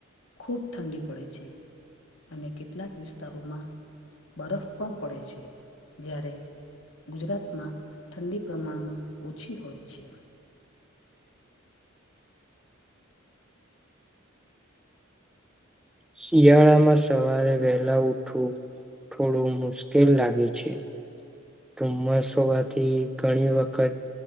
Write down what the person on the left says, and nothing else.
ખૂબ ઠંડી પડે છે અને કેટલાક વિસ્તારોમાં બરફ પણ પડે છે જ્યારે ગુજરાતમાં ઠંડી પ્રમાણમાં ઓછી હોય છે.